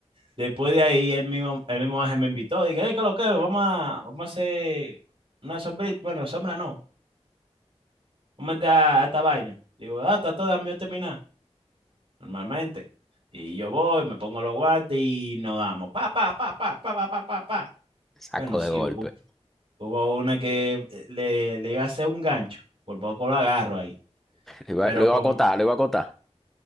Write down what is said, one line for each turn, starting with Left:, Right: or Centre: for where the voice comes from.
Right: Después de ahí el mismo, el mismo Ángel me invitó, dije, hey, ¿qué es lo que? Vamos a, vamos a hacer una sombrita, bueno, sombra no, vamos a entrar a esta vaina. Digo, ah, está todo mío terminar, normalmente. Y yo voy, me pongo los guantes y nos damos, pa, pa, pa, pa, pa, pa, pa, pa, pa.
Centre: Saco
Right: Bueno, sí,
Centre: de golpe.
Right: Hubo una que eh, le, le iba a hacer un gancho, por poco lo agarro ahí.
Centre: Lo iba,
Right: Pero
Centre: lo iba
Right: como,
Centre: a acotar, lo iba a acotar.